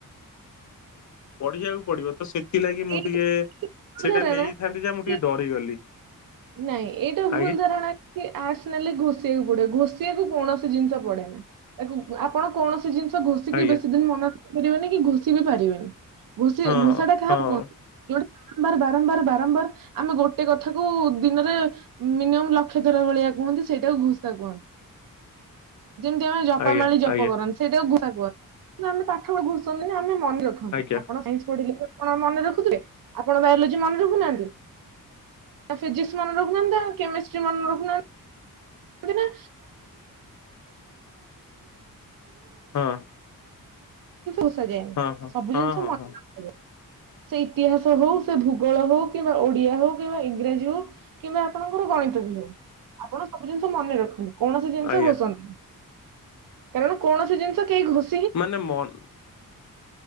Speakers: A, on the left; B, on the right.
A: ପଢିବାକୁ ପଡିବ ତ ସେଥିଲାଗି ମୁଁ
B: ଏଇ
A: ଟିକେ ସେଇଟା
B: ଧାରଣା
A: ନେଇଥାନ୍ତି ଯା ମୁଁ
B: କି
A: ଟିକେ ଡରିଗଲି।
B: ନାଇଁ ଏଇଟା ଭୁଲ
A: ଆଜ୍ଞା
B: ଧାରଣା ଆର୍ଟ୍ସ ନେଲେ ଘୋଷିବାକୁ ପଡେ ଘଷିବାକୁ କୌଣସି ଜିନିଷ ପଡେନା, ତାକୁ ଆପଣ କୌଣସି ଜିନିଷ ଘୋଷିକି
A: ଆଜ୍ଞା
B: ବେଶୀ ଦିନ ମନା ରଖପାରିବେନି କି ଘୋଷି ବି ପାରିବେନି ଘଷି
A: ହଁ
B: ଘୋଷା ଟା କାହାକୁ
A: ହଁ
B: କୁହନ୍ତି? ଯୋଉ ବାରମ୍ବାର ବାରମ୍ବାର ବାରମ୍ବାର ଆମେ ଗୋଟେ କଥାକୁ ଦିନରେ ମିନିମମ୍ ଲକ୍ଷ ଥର ଭଳିଆ କୁହନ୍ତି ସେଇଟାକୁ ଘୋସା କୁହନ୍ତି। ଯେମତି ଆମେ ଜପା
A: ଆଜ୍ଞା
B: ମାଳି ଜପ
A: ଆଜ୍ଞା
B: କରନ୍ତି। <unintelligible> ଆମେ ପାଠ ବ ଘୋଷୁଛନ୍ତି ନା ଆମେ ମନେ ରଖନ୍ତି
A: ଆଜ୍ଞା
B: ଆପଣ ସାଇନ୍ସ ପଢିଲେ ଆପଣ ମନେ ରଖୁଥିବେ ଆପଣ ବାୟୋଲୋଜି ମନେ ରଖୁନାହାନ୍ତି? ତା ଫିଜିକ୍ସ ମନେ ରଖୁନାହାଁନ୍ତି, ନା କେମିଷ୍ଟ୍ରି ମନେ ରଖୁନାହାଁନ୍ତି <unintelligible> <inaudible>
A: ହଁ
B: ଯାଏନି
A: ହଁ ହଁ
B: ସବୁ
A: ହଁ
B: ଜିନିଷ
A: ହଁ
B: ମନେ।
A: ହଁ
B: <unintelligible> ସେ ଇତିହାସ ହଉ ସେ ଭୂଗୋଳ ହଉ କିମ୍ବା ଓଡିଆ ହଉ କିମ୍ବା ଇଂରାଜୀ ହଉ କିମ୍ବା ଆପଣଙ୍କର ଗଣିତ ବି ହଉ ଆପଣ ସବୁ ଜିନିଷ ମନେ ରଖନ୍ତି କୌଣସି ଜିନିଷ
A: ଆଜ୍ଞା
B: ଘୋଷନ୍ତି। କାରଣ କୌଣସି ଜିନଷ କେହି ଘୋଷ
A: ମାନେ ମନ